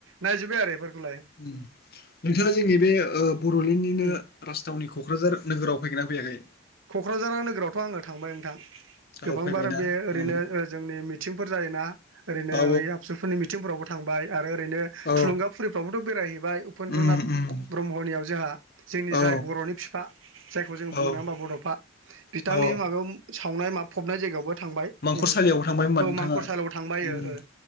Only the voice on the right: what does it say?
नायजुब बाय आरो बेफोरखौलाय
उम
क'क्राझार नोगोरावथ' आङो थांबाय नोंथां
गोबांबार
बे ओरैनो
ओ जोंनि मिथिंफोर जाय ना ओरैनो
ओइ आबसुफोरनि मिथिंफोरावबो थांबाय आरो ओरैनो
थुलुंगाफुरिफ्राबोथ' बेरायहैबाय उपेन्द्रनाथ
ब्रह्मनियाव जोंहा जोंनि
जाय बर'नि फि फा जायखौ जों बुंनो
नाङा होमबा बड'फा बिथांनि
माबायाव सावनाय माब फबनाय जायगायावबो थांबाय
ओम
औ
मांखर सालायाव थांबाय
ओ ओ